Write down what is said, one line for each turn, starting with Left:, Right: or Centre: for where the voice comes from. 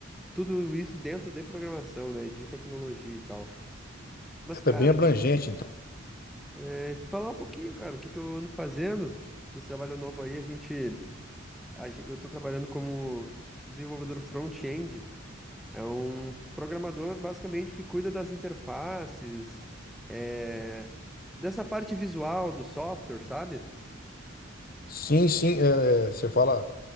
Centre: tudo isso dentro de programação, né? De tecnologia e tal. Mas, cara,
Left: É bem abrangente,
Centre: te,
Left: então.
Centre: eh, te falar um pouquinho, cara, o que que eu ando fazendo nesse trabalho novo aí, a gente, a gen- eu tô trabalhando como desenvolvedor front-end. É um programador basicamente que cuida das interfaces, é, dessa parte visual do software, sabe?
Left: Sim, sim, é, é, você fala